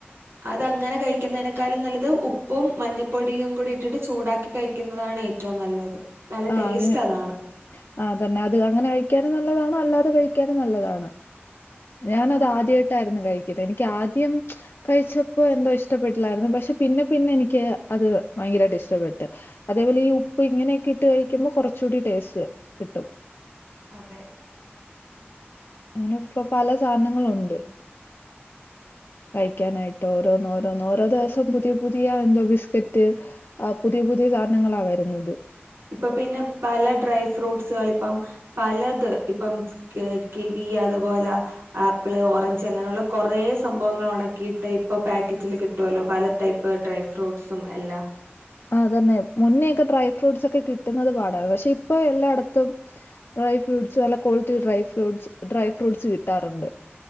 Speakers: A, on the right; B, on the left.
A: അത് അങ്ങനെ കഴിക്ക്ന്നേനേക്കാൾല് നല്ലത് ഉപ്പും മഞ്ഞ പൊടിയും കൂടെ ഇട്ടിട്ട് ചൂടാക്കി കഴിക്ക്ന്നതാണ് ഏറ്റവും നല്ലത് നല്ല
B: ആഹ്
A: ടേസ്റ്റ്
B: അങ്ങനെ
A: അതാണ്
B: ആഹ് തന്നെ അത് അങ്ങനെ കഴിക്കാനും നല്ല ല്ലതാണ് അല്ലാതെ കഴിക്കാനും നല്ലതാണ് ഞാനത്
A: ആഹ്
B: ആദ്യായ്ട്ടായ്ര്ന്നു കഴി റ്റത് എനിക്ക് ആദ്യം കഴിച്ചപ്പോ എന്തോ ഇഷ്ടപ്പെട്ടില്ലായിരുന്നു പക്ഷെ പിന്നെ പിന്നെ എനിക്ക് അത് ഭയങ്കരായിട്ട് ഇഷ്ടപ്പെട്ട് അതേപോലെ ഈ ഉപ്പ് ഇങ്ങനെയൊക്കെ ഇട്ട് കഴിക്കുമ്പോൾ കുറച്ചുടി ടേസ്റ്റ് കിട്ടും
A: അതെ
B: അങ്ങനെ ഇപ്പൊ പല സാധനങ്ങളുണ്ട് കഴിക്കാനായിട്ട് ഓരോന്ന് ഓരോന്നോ ഓരോ ദിവസം പുതിയ പുതിയ എന്തോ ബിസ്കറ്റ് ആ പുതിയ പുതിയ സാധനങ്ങളാ വരുന്നത്
A: ഇപ്പൊ പിന്നെ പല ഡ്രൈ ഫ്രൂട്ട്സുകൾ ഇപ്പം പലത് ഇപ്പം ക് കിവി അതുപോലെ ആപ്പിള് ഓറഞ്ച് അങ്ങനെയുള്ള കുറെ സംഭവങ്ങൾ ഉണക്കിയിട്ട് ഇപ്പൊ പാക്കറ്റില് കിട്ടുവല്ലോ പല ടൈപ്പ് ഡ്രൈ ഫ്രൂട്ട്സും എല്ലാം
B: അതന്നെ മുന്നേക്കെ ഡ്രൈ ഫ്രൂട്ട്സ് ഒക്കെ കിട്ടുന്നത് പാടാണ് പക്ഷെ ഇപ്പൊ എല്ലായിടത്തും ഡ്രൈ ഫ്രൂട്ടട്സ് നല്ല quality dry fruits dry fruits കിട്ടാറുണ്ട്